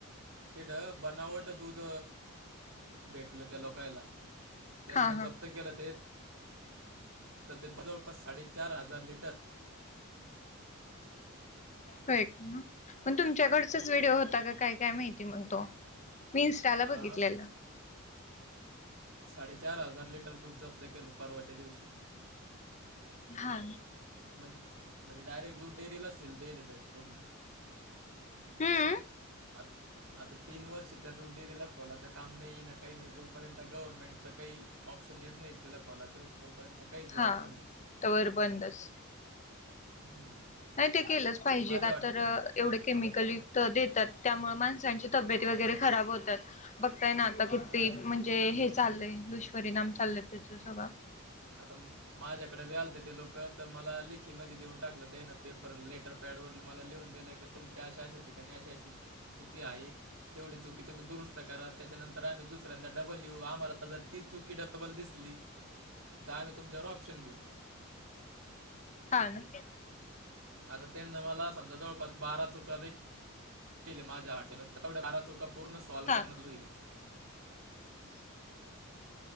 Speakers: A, on the right (about 75°); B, on the left (about 35°).
A: तेिठ बनावट दूध भेटलं त्या लोकायला. त्यांन
B: हा हा
A: जप्त केलं ते तर ते जवळपास साडेचार हजार लिटर
B: व्हय म तुमच्याकडचाच, व्हिडिओ होता का काय काय माहिती मंग तो. मी ईन्स्टाला
A: हा
B: बघितलेलं.
A: साडेचार हजार लिटर दूध जप्त केलं परवाच्या दिवशी.
B: हा.
A: म्ह म्हणजे डायरेक्ट दूध डेअरी ला सील देल पूर्ण
B: हम्म.
A: आत आता तीन वर्ष त्या दूध डेरीला, खोलाच काम नाही ना, काही नाही जोपर्यंत आता गव्हर्नमेंटचं काही ऑप्शन येत नाही तिला खोलाचं तोपर्यंत काहीच बोलायचं
B: हा
A: नाही
B: तवर बंदच.
A: हम्म.
B: नाही ते केलंच पाहिजे.
A: माझ्या
B: का
A: वाट
B: तर एवढे केमिकल युक्त देतात त्यामुळे माणसांची तब्येत वगैरे खराब होतात. फक्त है ना आता किती
A: हां
B: म्हणजे हे चाललंय दुष्परिणाम चाललंय त्याचं सगळं.
A: आता माझ्याकडे बी ते लोक तर मला लेखी मध्ये देऊन टाकलं ते ना पेपर लेटर पॅड वरल मला लिहून दिलं की तुमच्या अशा अशा ठिकाणी अशा अशी चुकी आहे. तेवढी चुकी तुम्ही दुरुस्त करा त्याच्यानंतर आम्ही दुसऱ्यांदा डबल येऊ आम्हाला जर ती चुकी डबल दिसली. त आम्ही तुमच्यावर ऑप्शन घेऊ.
B: हा ना.
A: आता त्यांना मला, समजा, जवळपास बारा चुका दे ल माझ्या, <unintelligible> तेवढं बारा चुका पूर्ण सॉल्व.
B: हा
A: <unintelligible>